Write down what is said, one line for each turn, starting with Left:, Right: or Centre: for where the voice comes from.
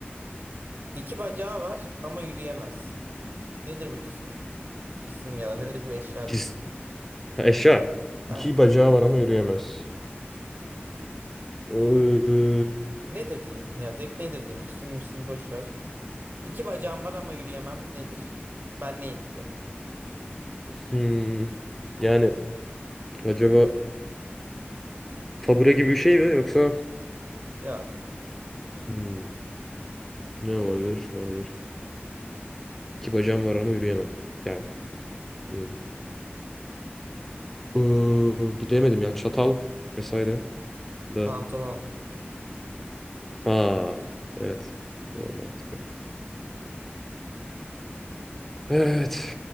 Right: iki bacağı var ama yürüyemez. Nedir bu cisim? Cisim ya da nedir bu eşya
Centre: Cis.
Right: diyeyim.
Centre: Ha, Eşya.
Right: Aynen.
Centre: İki bacağı var ama yürüyemez. Ee,
Right: Nedir diyeyim? Ya direkt nedir diyeyim? Cisim mi şimdi boş ver. İki bacağım var ama yürüyemem. Nedir? Ben neyimdir ya da?
Centre: hmm. Yani acaba tabure gibi bir şey mi yoksa
Right: Yok.
Centre: hmm. Ne olabilir? Ne olabilir? İki bacağım var ama yürüyemem. Yani neyim? Ee, bilemedim ya. Çatal vesaire de.
Right: Pantolon.
Centre: Aa, evet. Doğru mantıklı. Evet.